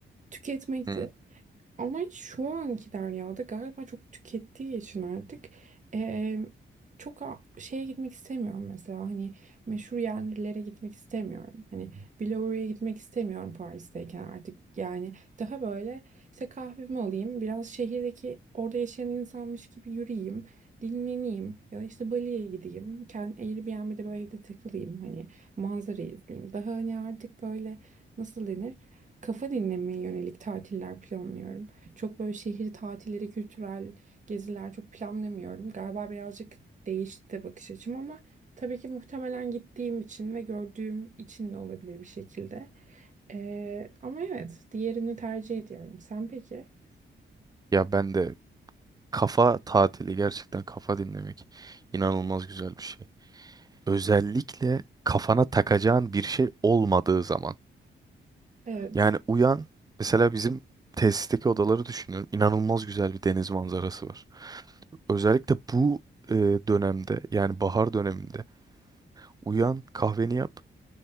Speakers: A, on the right; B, on the right.
A: tüketmekti.
B: Hmm.
A: Ama şu anki Derya'da galiba çok tükettiği için artık eee, çok a- şeye gitmek istemiyorum mesela hani meşhur yerlere gitmek istemiyorum. Hani Biloru'ya gitmek istemiyorum Paris'teyken artık yani daha böyle işte kahvemi alayım biraz şehirdeki orada yaşayan insanmış gibi yürüyeyim dinleneyim ya da işte Bali'ye gideyim kendi Airbnb'de böyle evde takılayım hani manzarayı izleyeyim. Daha hani artık böyle nasıl denir? kafa dinlemeye yönelik tatiller planlıyorum. Çok böyle şehir tatilleri, kültürel geziler çok planlamıyorum. Galiba birazcık değişti bakış açım ama tabii ki muhtemelen gittiğim için ve gördüğüm için de olabilir bir şekilde. Ee, ama evet, diğerini tercih ediyorum. Sen peki?
B: Ya ben de kafa tatili gerçekten kafa dinlemek inanılmaz güzel bir şey. özellikle kafana takacağın bir şey olmadığı zaman.
A: Evet.
B: Yani uyan mesela bizim tesisteki odaları düşünüyorum. İnanılmaz güzel bir deniz manzarası var. Özellikle bu e, dönemde yani bahar döneminde uyan kahveni yap.